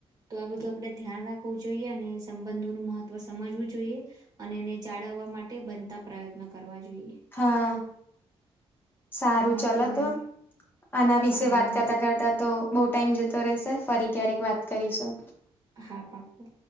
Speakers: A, on the right (about 35°); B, on the left (about 20°).
A: તો આ બધું આપડે ધ્યાન રાખવું જોઈએ અને સંબંધોનું મહત્વ સમજવું જોઈએ. અને એને જાળવવા માટે બનતા પ્રયત્નો કરવા જોઈએ.
B: હા સારું
A: હા
B: ચલો
A: તમારી
B: તો આના વિશે
A: હા
B: વાત કરતા
A: હા
B: કરતા તો બહુ ટાઈમ જતો રેશે. ફરી ક્યારેક વાત કરીશું.
A: હા પાકું.